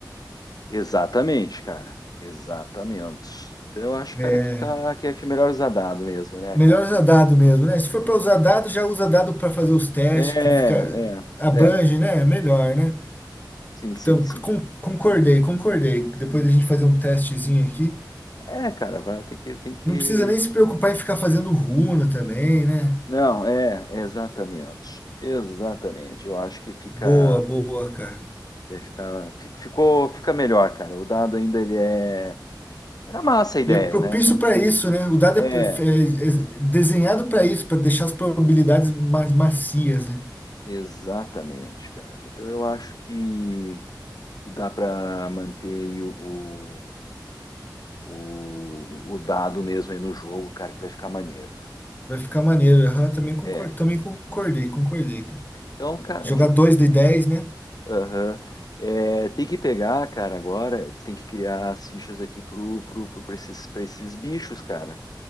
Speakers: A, on the left (about 55°); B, on the left (about 25°).
A: Exatamente, cara. Exatamente. Então eu acho, cara,
B: É,
A: que tá que é que é melhor usar dado mesmo, né,
B: melhor
A: cara?
B: usar
A: Não-
B: dado mesmo, né? Se for para usar dado, já usa dado para fazer os testes,
A: É, é,
B: que fica, abrange,
A: é.
B: né? É Melhor, né?
A: Sim, sim,
B: Então,
A: sim.
B: con- concordei, concordei. Depois da gente fazer um testezinho aqui.
A: É, cara, vai ter que tem que
B: Não precisa nem se preocupar em ficar fazendo runa também, né?
A: Não, é, é exatamente. Exatamente. Eu acho que fica
B: Boa, boa, cara.
A: vai ficar fi- ficou fica melhor, cara. O dado ainda ele é era massa a ideia,
B: Ele é propício
A: né?
B: para isso, né? O dado
A: É,
B: é, é- é desenhado para isso, para deixar as probabilidades mais macias, né?
A: exatamente, cara. Então eu acho que que dá para manter aí o o, o dado mesmo aí no jogo, cara, que vai ficar maneiro, cara.
B: Vai ficar maneiro. Aham, também concor-
A: É.
B: também concordei, concordei, cara.
A: Então, cara,
B: Jogar
A: a gente.
B: 2 de 10, né?
A: aham. É, tem que pegar, cara, agora. Você tem que criar as fichas aqui pro, pro, pro, pra esses, pra esses bichos, cara.